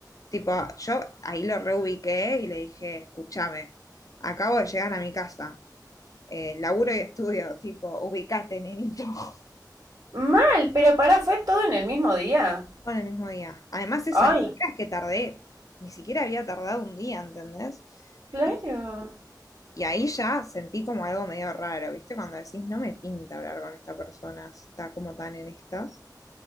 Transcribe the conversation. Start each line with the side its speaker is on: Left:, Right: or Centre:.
Left: Tipo, yo ahí lo reubiqué y le dije, escúchame, acabo de llegar a mi casa, eh, laburo y estudio, tipo, ubicate, nenito. <laughs>
Right: Mal, pero pará, fue todo en el mismo día.
Left: Bueno, el mismo día. Además, eso,
Right: Ay,
Left: ni siquiera es que tardé, ni siquiera había tardado un día, ¿entendés?
Right: claro.
Left: Y, y ahí ya sentí como algo medio raro, ¿viste? Cuando decís, no me pinta hablar con esta persona, si está como tan en estas.